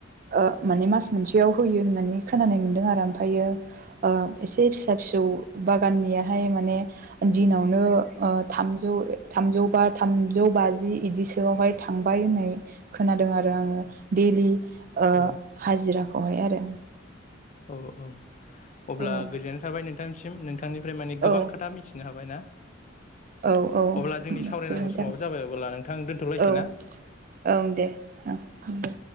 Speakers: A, on the right (about 45°); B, on the left (about 40°).
A: ओ माने मास मोनसेयाव होयो होननानै खोनानाय मोनदों आरो ओमफायो ओ एसे फिसा फिसौ बागाननियाहाय माने दिनावनो ओ थामजौ ओ थामजौ बा थामजौ बाजि इदिसोआवहाय थांबाय होननाय खोनादों आरो आङो डेलि
B: औ-औ-औ-औ-औ
A: ओ हाजिराखौहाय आरो
B: औ औ अब्ला
A: औ
B: गोजोननाय थाबाय नोंथांनिसिम नों बिथांनिफ्राय मानि
A: औ
B: गोबां खोथा मिथिनो हाबाय ना
A: औ औ
B: अब्ला जोंनि सावरायनांगौ
A: गोजोन्थों
B: समाबो जाबाय अब्ला नोंथां दोनथ'लायसै
A: औ
B: ना
A: ओं दे ओं दे